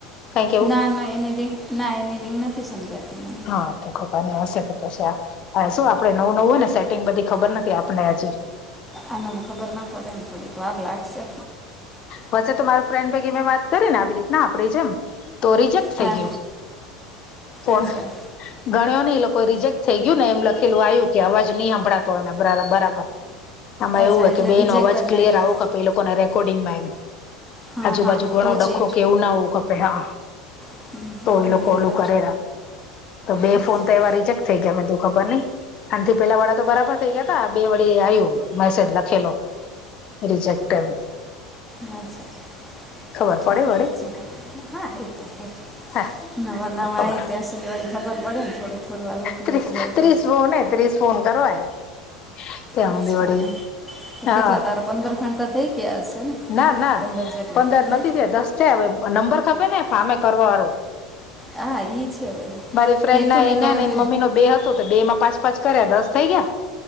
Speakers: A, on the left; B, in the centre.
A: કઈક એવું
B: ના ના એને રિંગ ના એની રીંગ નથી સમજાતી મને
A: હા તો ખબર નહી હશે કદાચ આ શું આપડે નવું નવું હોય ને સેટિંગ બધી ખબર નથી આપને હજી
B: આનામાં ખબર ના પડે થોડીક વાર લાગશે.
A: પછે તો મારો ફ્રેન્ડ ભેગી મેં વાત કરીને આવી રીતના આપડી જેમ તો રિજેક્ટ
B: હા
A: થઈ ગયો. ફોન.
B: અચ્છા
A: ગણ્યો નહિ એ લોકો રિજેક્ટ થઈ ગયું ને એમ લખેલું આવ્યું કે અવાજ નહીં હંભળાતો આના બરા-બરાબર આમાં
B: અચ્છા
A: એવું હોય
B: એટલે
A: કે બેયનો
B: રિજેક્ટ
A: અવાજ
B: કરી
A: ક્લિયર
B: નાખ્યો
A: આવો કપે એ લોકોના રેકોર્ડિંગમાં એમ
B: હા
A: આજુબાજુ
B: હા
A: ઘણો
B: તો
A: ડખો
B: જે
A: કે એવું ના આવું કપે હા
B: અહીંયા
A: તો એ લોકો ઓલું
B: તો
A: કરે રા તો બે
B: અચ્છા
A: ફોન તો એવા રિજેક્ટ થઈ ગયા મેં કીધુ ખબર નહી. આથી પેલા વાળા તો બરાબર થઇ ગયા હતા આ બે વડી આવ્યું મેસેજ લખેલો રિજેક્ટ એમ
B: અચ્છા
A: ખબર
B: ઠીક
A: પડે વડે.
B: છે હા એતો એમ.
A: હા
B: નવા નવા
A: તો ખબર
B: આયા ત્યાં સુધી વડી ખબર પડે ને થોડું થોડું અલગ
A: ત્રીસ
B: અલગ હોય
A: ત્રીસ
B: તો
A: ફોન કરવો હે ત્યા
B: રીસ
A: હુધી
B: પ્રમાણે.
A: વડી
B: તો
A: હા
B: કેટલા તારા પંદર ફોન તો થઈ ગયા હશે ને
A: ના ના
B: પંદર જેટલા
A: પંદર
B: હે?
A: નથી થયા દસ થ નંબર ખપે ને ફોનએ કરવાવાળું
B: હા ઈ છે.
A: મારી ફ્રેન્ડ
B: હેતુ
A: ના
B: ને
A: એને
B: કૌરવ
A: એ મમ્મી નો બે હતો તો બે એમાં પાંચ પાંચ કર્યા દસ થઈ ગયા.